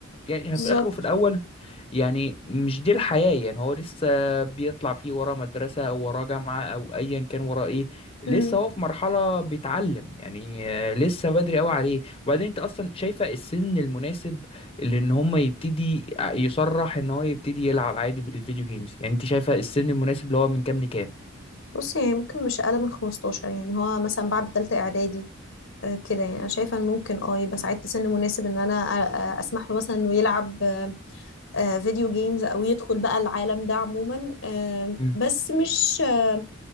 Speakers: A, on the left; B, on the left.
A: يعني
B: بالظبط
A: في الاخر وفي الاول يعني مش دي الحياه يعني هو لسه بيطلع فيه وراه مدرسه او وراه جامعه او ايا كان وراه ايه لسه
B: مم.
A: هو في مرحله بيتعلم يعني آه، لسه بدري قوي عليه وبعدين انت اصلا شايفه السن المناسب لان هم يبتدي ع- يصرح ان هو يبتدي يلعب عادي بالفيديو جيمز يعني انت شايفه السن المناسب اللي هو من كام لكام
B: بص يعني ممكن مش اقل من 15 يعني هو مثلا بعد تالتة اعدادي آه، كده يعني انا شايفه ان ممكن اه يبقى ساعتها سن مناسب ان انا أ- أ- اسمح له مثلا انه يلعب آه، آه، فيديو جيمز او يدخل بقى العالم ده عموما آه،
A: امم
B: بس مش آه،